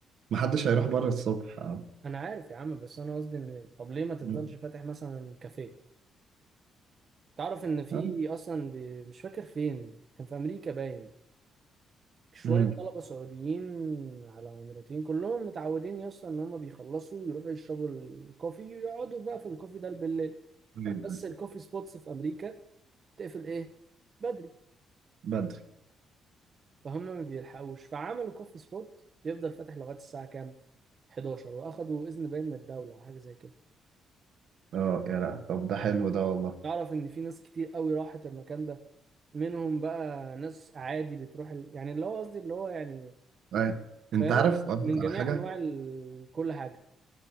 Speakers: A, on the right; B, on the right.
A: محدش هيروح بره الصبح اه
B: انا عارف يا عم بس انا قصدي ان طب ليه ما تفضلش
A: مم.
B: فاتح مثلا كافيه تعرف ان في
A: آه.
B: اصلا ب... مش فاكر فين كان في امريكا باين شويه
A: مم.
B: طلبه سعوديين على اماراتيين كلهم متعودين يا اسطى ان هم بيخلصوا يروحوا يشربوا الكوفي ويقعدوا بقى في الكوفي ده بالليل
A: طيب،
B: بس الكوفي سبوتس في امريكا تقفل ايه بدري
A: بدري
B: فهم ما بيلحقوش فعملوا كوفي سبوت يفضل فاتح لغايه الساعه كام 11 واخدوا اذن باين من الدوله او حاجه زي كده
A: اه يا لا طب ده حلو ده والله
B: تعرف ان في ناس كتير قوي راحت المكان ده منهم بقى ناس عادي بتروح ال... يعني اللي هو قصدي اللي هو يعني
A: أي. انت
B: فاهم
A: عارف اقول
B: من
A: لك على
B: جميع
A: حاجه
B: انواع ال... كل حاجه